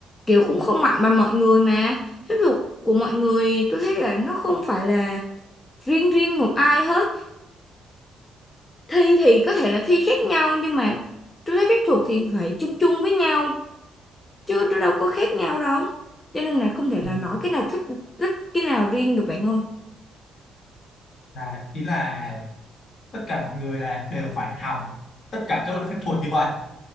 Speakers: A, on the left (about 25°); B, on the left (about 55°).
A: kiểu cũng không mạnh bằng mọi người mà. Phép thuật của mọi người tôi thấy là nó không phải là riêng riêng một ai hết. Thi thì có thể là thi khác nhau nhưng mà tôi thấy phép thuật thì phải chung chung với nhau chưa tôi đâu có khác nhau đâu cho nên là không thể
B: Ừ.
A: là nói cái nào thích thích cái nào riêng được bạn ơi
B: là ý là tất cả mọi người là đều phải học tất cả các loại phép thuật như vậy